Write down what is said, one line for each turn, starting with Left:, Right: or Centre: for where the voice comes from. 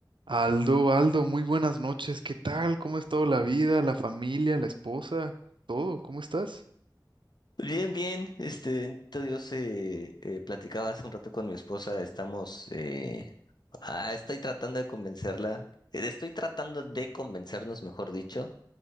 Right: Aldo, Aldo, muy buenas noches. ¿Qué tal? ¿Cómo es todo la vida, la familia, la esposa, todo? ¿Cómo estás?
Left: Bien, bien, este, bendito Dios, eh, eh, platicaba hace un rato con mi esposa, estamos, eh, ah, estoy tratando de convencerla, eh, estoy tratando de convencernos, mejor dicho,